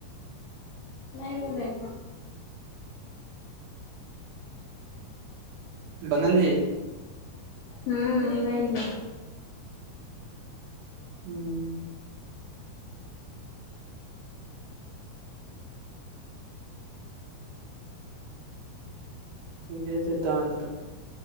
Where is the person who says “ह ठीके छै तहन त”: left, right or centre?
Right